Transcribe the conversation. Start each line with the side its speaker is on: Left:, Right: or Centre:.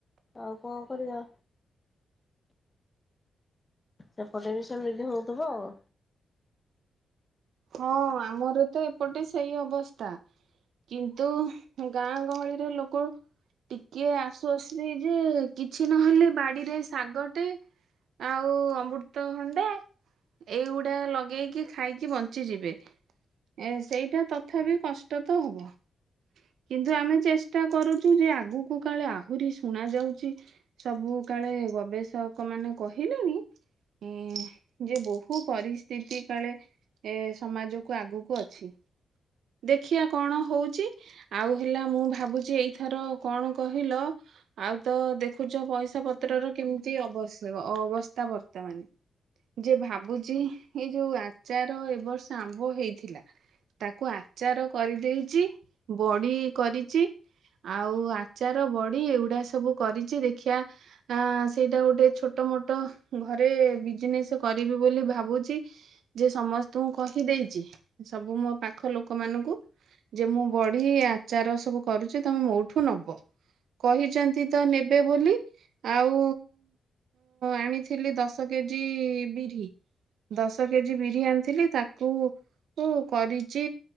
Left: ଆଉ କଣ କରିବା। ସେପଟେ ବି ସେମିତି ହଉଥିବ ଆଉ।
Right: ହଁ ଆମର ତ ଏପଟେ ସେଇ ଅବସ୍ଥା। କିନ୍ତୁ ଗାଁ ଗହଳିର ଲୋକ ଟିକେ ଆସୁ <unintelligible> ଯେ କିଛି ନହେଲେ ବାଡିରେ ଶାଗଟେ ଆଉ ଅମୃତଭଣ୍ଡା ଏଇଗୁଡା ଲଗେଇକି ଖାଇକି ବଞ୍ଚ ଯିବେ ଏ ସେଇଟା ତଥାପି କଷ୍ଟ ତ ହବ କିନ୍ତୁ ଆମେ ଚେଷ୍ଟା କରୁଛୁ ଯେ ଆଗକୁ କାଳେ ଆହୁରି ଶୁଣା ଯାଉଛି ସବୁ କାଳେ ଗବେଷକ ମାନେ କହିଲେଣି ଏ ଯେ ବହୁ ପରିସ୍ଥିତି କାଳେ ଏ ସମାଜକୁ ଆଗକୁ ଅଛି ଦେଖିବା କଣ ହଉଛି ଆଉ ହେଲା ମୁଁ ଭାବୁଛି ଏଇଥର କଣ କହିଲ ଆଉ ତ ଦେଖୁଛ ପଇସା ପତ୍ରର କେମିତି ଅବ ଅବସ୍ଥା ବର୍ତ୍ତମାନେ ଯେ ଭାବୁଛି ଏଇ ଯୋଉ ଆଚାର। ଏବ ବର୍ଷ ଆମ୍ବ ହେଇଥିଲା ତାକୁ ଆଚାର କରିଦେଇଛି ବଡି କରିଛି ଆଉ ଆଚାର ବଡି ଏଗୁଡା ସବୁ କରିଛି ଦେଖିବା ସେଇଟା ଗୋଟେ ଛୋଟ ମୋଟ ଘରେ ବିଜନେସ କରିବି ବୋଲି ଭାବୁଛି ଯେ ସମ କହିଦେଇଛି ସବୁ ମୋ ପାଖ ଲୋକମାନାନଙ୍କୁ ଯେ ମୁଁ ବଢି ଆଚାର ସବୁ କରୁଛି ତମେ ମୋଠୁ ନବ କହିଛନ୍ତି ତ ନେବେ ବୋଲି ଆଉ ଆଣିଥିଲି ଦଶ କେଜି ବିରି ଦଶ କେଜି ବିରି ଆ ଥିଲି ତାକୁ କରିଛି